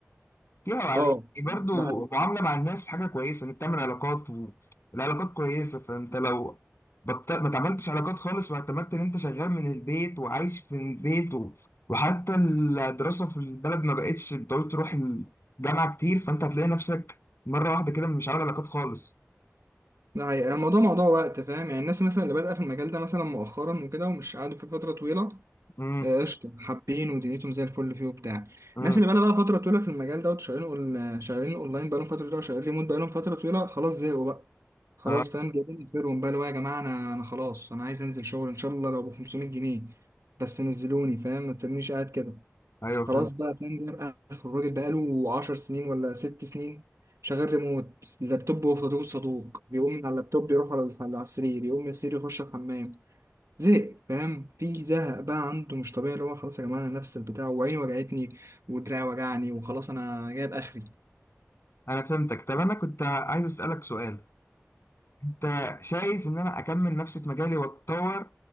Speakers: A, on the left (about 55°); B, on the right (about 85°).
A: فيها وعليها
B: اه
A: يعني برضو
B: ده
A: معاملة مع الناس حاجة كويسة انك تعمل علاقات والعلاقات كويسة فانت لو بط... ما تعملتش علاقات خالص واعتمدت ان انت شغال من البيت وعايش في البيت و... وحتى الدراسة في البلد ما بقتش بتعوز تروح الجامعة كتير فانت هتلاقي نفسك مرة واحدة كده مش عامل علاقات خالص
B: ده حقيقة الموضوع موضوع وقت فاهم يعني الناس مثلا اللي بادئه في المجال ده مثلا مؤخرا وكده ومش قعدوا فيه فترة طويلة
A: امم
B: آه، قشطة حابين ودنيتهم زي الفل فيه وبتاع
A: امم
B: الناس اللي بقى بقى فترة طويلة في المجال ده وشغالين أون- شغالين اونلاين بقالهم فترة طويلة وشغالين ريموت بقالهم فترة طويلة خلاص زهقوا بقى خلاص
A: اه
B: فاهم جايبين اخرهم بقى اللي هو يا جماعة انا انا خلاص انا عايز انزل شغل ان شاء الله لو ب 500 جنيه بس نزلوني فاهم ما تسيبونيش قاعد كده
A: ايوه فهمت
B: خلاص بقى فاهم جايب اخر الراجل بقاله 10 سنين ولا ست سنين شغال ريموت اللابتوب هو صدوق صدوق بيقوم من على اللابتوب يروح على على السرير يقوم من السرير يخش الحمام زهق فاهم في زهق بقى عنده مش طبيعي اللي هو خلاص يا جماعه انا نفس البتاع وعيني وجعتني ودراعي وجعني وخلاص انا جايب اخري
A: انا فهمتك طب انا كنت عايز اسألك سؤال انت شايف ان انا اكمل نفسي في مجالي واتطور